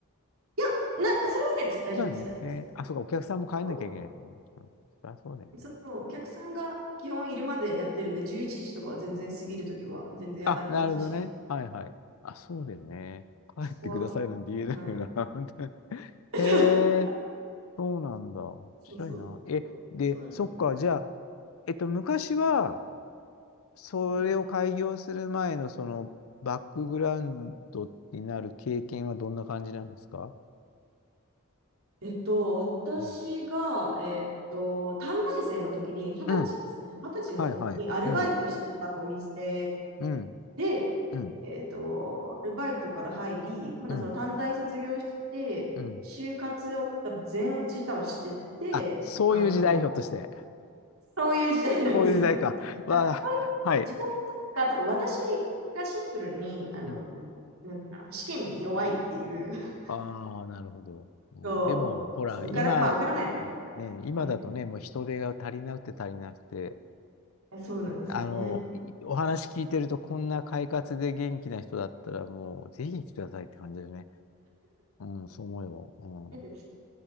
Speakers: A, on the right; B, on the left.
A: いや、な、それはないです。大丈夫です。
B: なるね。
A: 大丈夫です。
B: えーあ、そうか、お客さんも帰んなきゃいけないとね。
A: そ
B: うん。そりゃそうだよね。
A: う、そう、お客さんが基本いるまでやってるんで、11時とかは全然過ぎるときは全然ありますし、
B: あ、なるほどね。はいはい。あ、そうだよね。帰ってくださいなんて言えないよな。
A: そこは、はい。
B: <laughs> 本当に <laughs>
A: <laughs>
B: へえ、そうなんだ。面白いな。
A: そうそうそう、
B: え、で、
A: そうなんです
B: そっか、じゃあ、えっと、昔は、それを開業する前の、
A: うん
B: その、バックグラウンドになる経験はどんな感じなんですか
A: えっと、私が、
B: うん
A: えっと、短大生の時に、二十歳ですね。
B: うん。
A: 二十歳の時にアルバイトしてたお店
B: はいはい。うん。うん。
A: で、
B: うん。
A: えっと、アルバイトから入り、まだその短大卒業して、
B: うん。うん。
A: 就活を多分全落ち多分してて、
B: あ、そういう時代、
A: あの、
B: ひょっとして。
A: そういう時代なんですよ。
B: こういう時代か。<laughs> わあ、
A: あ、そういう時代だ多分私
B: はい。
A: がシンプルに、あの、
B: うん
A: なんていうかな、試験に弱いっていう、<laughs>
B: ああ、なるほど。うんでも、
A: そう、
B: ほら、
A: そう、
B: 今、
A: 受から、まあ、受からないの。
B: ね、今だとね、
A: うん。
B: もう人手が足りなくて足りなくて、
A: えそうなんですよね。
B: あの、いお話聞いてると、こんな快活で元気な人だったら、もう、ぜひ来てくださいって感じだよね。うん、そう思うよ。
A: うん